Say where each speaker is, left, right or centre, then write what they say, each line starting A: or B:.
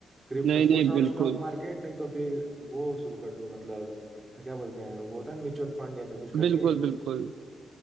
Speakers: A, on the right; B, on the right.
A: क्रिप-
B: नहीं
A: सोच
B: नहीं
A: रहा
B: बिल्कुल
A: हूँ स्टॉक मार्केट नहीं तो फिर वो शुरू कर दूं मतलब क्या बोलते हैं वो होता है म्यूचुअल फंड ऐसा कुछ करके
B: बिल्कुल बिल्कुल